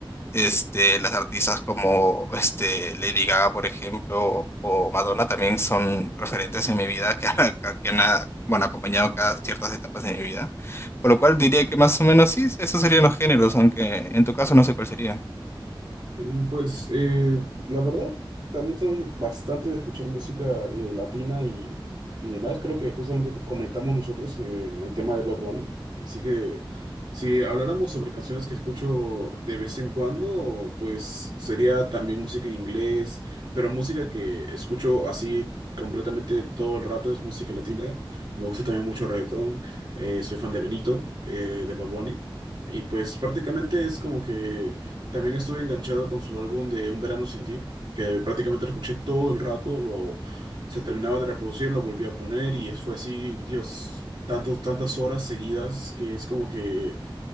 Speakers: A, on the left (about 30°); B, on the right (about 60°).
A: Este, las artistas como este, Lady Gaga, por ejemplo, o Madonna también son referentes en mi vida que han, <laughs> que han, ah, bueno, acompañado cada- ciertas etapas de mi vida. Por lo cual diría que más o menos sí, esos serían los géneros, aunque en tu caso no sé cuál sería.
B: Mm, Pues eh, la verdad, también soy bastante de escuchar música eh, latina y, y demás. Creo que justamente te- conectamos nosotros eh, en el tema de Bad Bunny. Así que si habláramos sobre canciones que escucho de vez en cuando, pues sería también música en inglés, pero música que escucho así completamente todo el rato es música latina. Me gusta también mucho el reggaetón. eh, soy fan de Benito, eh, de Bad Bunny. Y pues prácticamente es como que... También estuve enganchado con su álbum de Un Verano Sin Ti, que prácticamente lo escuché todo el rato, lo, se terminaba de reproducir, lo volví a poner y fue así, Dios, tantos, tantas horas seguidas que es como que